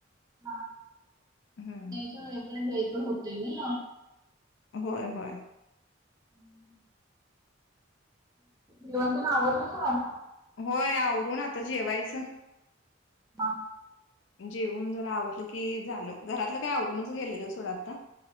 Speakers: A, on the right; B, on the left.
A: हा, ह
B: हम्म
A: यायच्या वेळेपर्यंत यायचं होतय नी
B: होय, होय
A: हम्म जेवण तेन आवरलं सगळं?
B: होय आवरुण आता जेवायचं
A: हा
B: जेऊन जरा आवरलं की झालं घरातलं काय आवरूनच गेलेलो सोडा आता